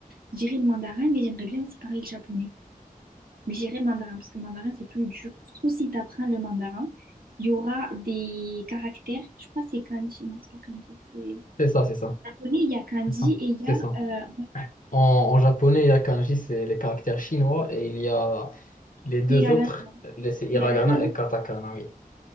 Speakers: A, on the right; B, on the left.
A: Je dirais le mandarin, mais j'aimerais bien aussi parler le japonais. Mais je dirais le mandarin parce que le mandarin, c'est plus dur. Surtout si tu apprends le mandarin, il y aura des caractères. Je crois que c'est kanji. Non, c'est pas kanji. C'est
B: C'est ça, c'est ça,
A: japonais, il y a kanji
B: c'est ça,
A: et il y
B: c'est
A: a
B: ça.
A: euh,
B: En, en japonais, il y a kanji, c'est les caractères chinois, et il y a Les deux
A: hiragana.
B: autres, le- c'est hiragana
A: Hiragana, non?
B: et katakana, oui.